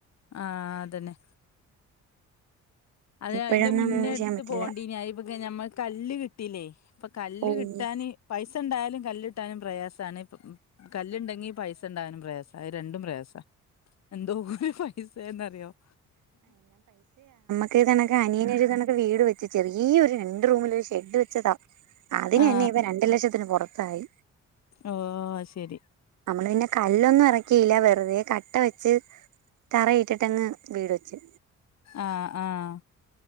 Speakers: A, on the left; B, on the right.
A: ആഹ് അ തന്നെ അത്
B: ഇപ്പോഴൊന്നും
A: അയിന്റെ മുന്നേ എടുത്ത്
B: ചെയ്യാൻ പറ്റില്ല
A: പോവണ്ടി ഇനി അ ല്ല ഞമ്മക് കല്ല് കിട്ടീല്ലേ ഇപ്പൊ കല്ല്
B: ഓഹ്
A: കിട്ടാന് പൈസ ഉണ്ടാ കല്ലിട്ടാനും പ്രയാസാണ് കല്ലിണ്ടെങ്കി പൈസ ഇണ്ടകാനും പ്രയാസാ അത് രണ്ടും പ്രയാസാ എന്തോ <unintelligible> സയേതെന്നറിയാവൊ
B: ഇതേ കണക്ക് അനിയനൊരു കണക്ക് വീട് വെച്ച് ചെറി ഈ ഒരു രണ്ട് റൂമിൽ ഒരു ഷെഡ് വെച്ചതാ അതിനന്നെ
A: ആ
B: ഇപ്പൊ രണ്ടു ലക്ഷത്തിന് പുറത്തായി
A: ഓ അത് ശരി
B: നമ്മള് പിന്നെ കല്ലൊന്നും ഇറക്കില്ല വെറുതെ കട്ട വെച്ച് തറയിട്ടിട്ടങ്ങ് വീട് വെച്ച്
A: ആഹ് ആഹ്